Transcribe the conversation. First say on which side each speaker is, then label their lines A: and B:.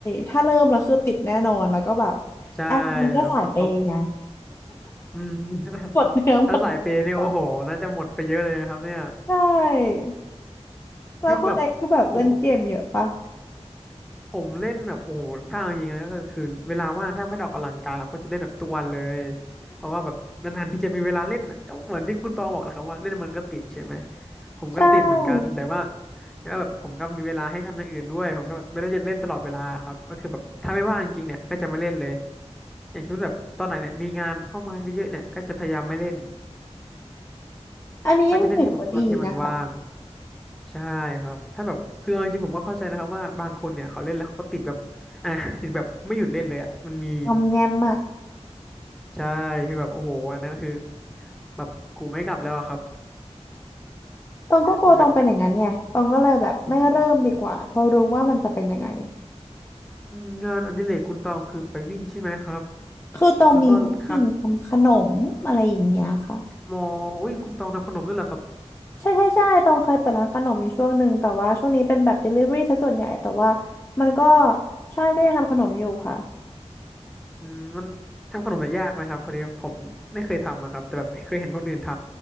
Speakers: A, on the left; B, in the centre.
A: ถ้าเริ่มแล้วคือติดแน่นอนแล้วก็แบบ
B: ใช่
A: แอปมันก็สายเปย์ไง
B: ครับเอาอืม <laughs>
A: <laughs> หมดเนื้อหมดตัวเองก่อน
B: แล้วสายเปย์เนี่ยโอ้โหน่าจะหมดไปเยอะเลยนะครับเนี่ย
A: ใช่ แล้วคุณเอ็กซ์คือแบบเล่นเกมเยอะปะ
B: คือแบบผม ผมเล่นแบบโอ้โหถ้าเอาจริงๆนะก็คือเวลาว่างถ้าไม่ได้ออกกำลังกายครับก็จะเล่นแบบทุกวันเลย เพราะว่าแบบนานๆที่จะมีเวลาเล่นอะก็เหมือนที่คุณตองบอกนะครับว่าเล่นมันก็ติดใช่ไหมผมก็ติดเหมือนกันแต่ว่า
A: ใช่
B: แต่ว่าแบบผมก็มีเวลาให้ทำอย่างอื่นด้วยผมก็แบบไม่ได้จะเล่นตลอดเวลาครับก็คือแบบถ้าไม่ว่างจริงๆเนี่ยก็จะไม่เล่นเลยอย่างเช่นแบบตอนไหนเนี่ยมีงานเข้ามาเยอะๆเนี่ยก็จะพยายามไม่เล่น
A: อันนี้ยังถือว่าดีนะคะ
B: ก็จะเล่นแค่แบบตอนที่มันว่าง ใช่ครับถ้าแบบคือเอาจริงๆผมก็เข้าใจนะครับว่าบางคนเนี่ยเขาเล่นแล้วเขาก็ติดแบบอ่ะ <laughs> ติดแบบไม่หยุดเล่นเลยอ่ะมันมี
A: งอมแงมอะ
B: ใช่คือแบบโอ้โหอันนั้นคือแบบกูไม่กลับแล้วอะครับ
A: ตองก็กลัวตองเป็นอย่างนั้นไงตองก็เลยแบบไม่เริ่มดีกว่าเพราะรู้ว่ามันจะเป็นยังไง
B: มันก็อืมอืมงานอดิเรกคุณตองคือไปวิ่งใช่ไหมครับ
A: คือตองมีวิธีทำขนมอะไรอย่างเงี้ยค่ะ
B: แล้วก็ค่ะมออุ้ยคุณตองทำขนมด้วยเหรอครับ
A: ใช่ใช่ใช่ตองเคยเปิดร้านขนมอยู่ช่วงหนึ่งแต่ว่าช่วงนี้เป็นแบบ delivery ซะส่วนใหญ่แต่ว่ามันก็ใช่ก็ยังทำขนมอยู่ค่ะ
B: อืมมันทำขนมเนี่ยยากไหมครับพอดีผมไม่เคยทำอะครับแต่แบบเคยเห็นคนอื่นท